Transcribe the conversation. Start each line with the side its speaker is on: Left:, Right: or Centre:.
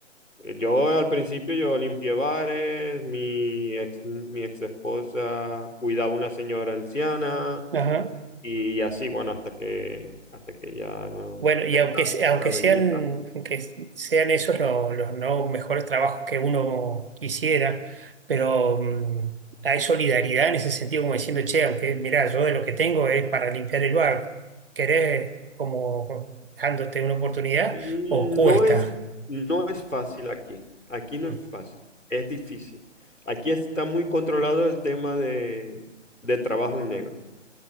Left: Eh, Yo al principio yo limpié bares, mi ex, mi ex esposa cuidaba una señora anciana
Right: Ajá.
Left: y así, bueno, hasta que, hasta que ya no
Right: Bueno, y
Left: te esta-
Right: aunque, se-
Left: te
Right: aunque
Left: estabilizas
Right: sean, aunque sean esos lo- los, no mejores trabajos que uno quisiera, pero mm, hay solidaridad en ese sentido, como diciendo, che, aunque mirá, yo de lo que tengo es para limpiar el bar, ¿querés como dándote una oportunidad
Left: Mm,
Right: o cuesta?
Left: No es, no es fácil aquí. Aquí no
Right: Mm,
Left: es fácil. Es difícil. Aquí está muy controlado el tema de, de trabajo en negro.